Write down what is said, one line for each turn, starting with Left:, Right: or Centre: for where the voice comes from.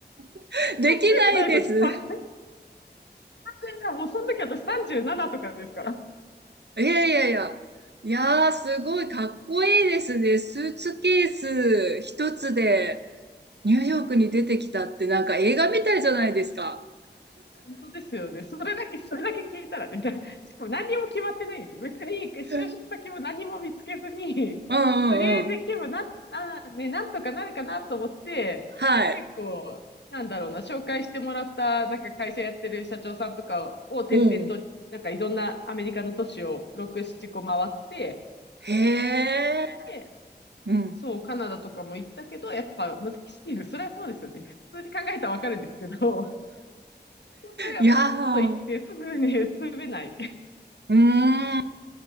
Right: <laughs>
Left: <laughs>
Right: できないです。
Left: かっこよくないですよ、<laughs> 失敗。<laughs> もうその時私37とかですから。
Right: いやいやいや。いやー、すごいかっこいいですね。スーツケース一つで。ニューヨークに出てきたってなんか映画みたいじゃないですか。
Left: 本当ですよね。それだけ、それだけ聞いたらね、<laughs> だしかも何にも決まってないんですよ。別に就職先も何も見つけずに、
Right: うんうんうん。
Left: <laughs> とりあえず行けばな、な、ね、なんとかなるかなと思って、
Right: はい。
Left: 結構、なんだろうな、紹介してもらった、なんか会社やってる社長さんとかを転々と、
Right: うん。
Left: なんかいろんなアメリカの都市を6、7個回って、
Right: へえ。
Left: で、
Right: うん。
Left: そう、カナダとかも行ったけど、やっぱ難しいです。それはそうですよね。普通に考えたらわかるんですけど、そんなこと言ってすぐね、
Right: いやー。
Left: 住めない。
Right: うーん。